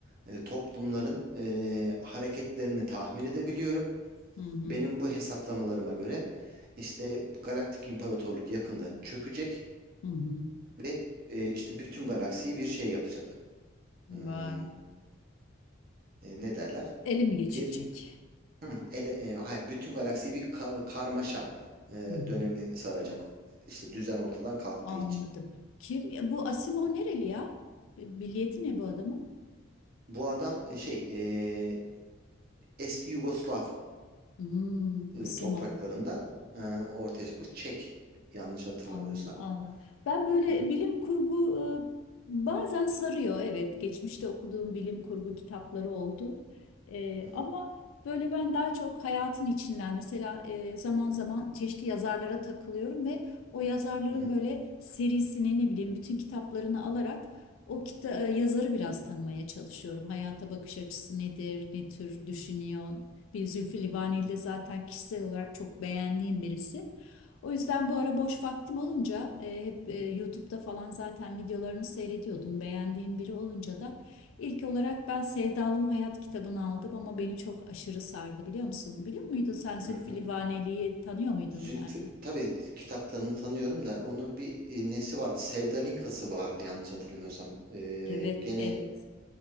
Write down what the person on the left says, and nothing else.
Hı hı.
Hı hı.
Vay.
Elimi
geçirecek.
Hı hı.
Anladım.
Kim bu Asimov nereli ya? Milliyeti ne bu adamın?
Hmm,
Asimov.
An- Anladım. Ben böyle
bilim kurgu e, bazen sarıyor. Evet, geçmişte okuduğum bilim kurgu kitapları oldu. E,
ama böyle ben daha çok hayatın içinden mesela e, zaman zaman çeşitli yazarlara takılıyorum ve o yazarların
böyle serisini ne bileyim bütün kitaplarını alarak o kita e, yazarı biraz tanımaya çalışıyorum. Hayata bakış açısı nedir, ne tür düşünüyor. Bir Zülfü Livaneli
de zaten kişisel olarak çok beğendiğim birisi. O yüzden bu ara boş vaktim olunca e, hep e, YouTube'da falan zaten videolarını seyrediyordum. Beğendiğim biri olunca da ilk olarak ben Sevdalım Hayat kitabını aldım ama beni çok aşırı sardı biliyor musun? Biliyor muydun sen Zülfü
Livaneli'yi tanıyor muydun
yani?
Evet,
evet.